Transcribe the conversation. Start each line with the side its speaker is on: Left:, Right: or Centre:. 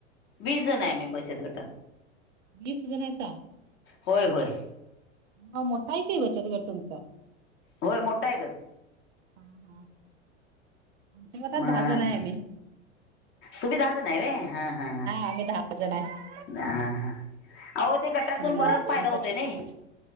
Left: ण
Right: हा
Left: मी बचत गटात
Right: वीस जण आहेसा
Left: होय होय.
Right: हो मोठा आहे का बचतगट तुमचा.
Left: होय मोठा आहे ग.
Right: हा हा. आमच्या गटात
Left: मग
Right: दहा जण आहे आम्ही.
Left: तुम्ही दहा जण आहे व्हय हा हा
Right: आम्ही दहा जण आहे
Left: ह हा ह. अहो ते गटातून
Right: हम्म
Left: बरच फायदा
Right: आमचा
Left: होत
Right: छोट
Left: नाही